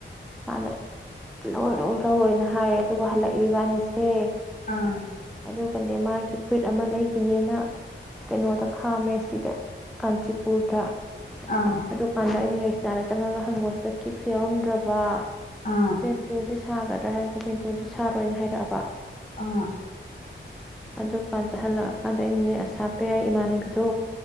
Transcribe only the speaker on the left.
ꯑꯥ
ꯑꯥ
ꯑꯥ
ꯑꯥ꯫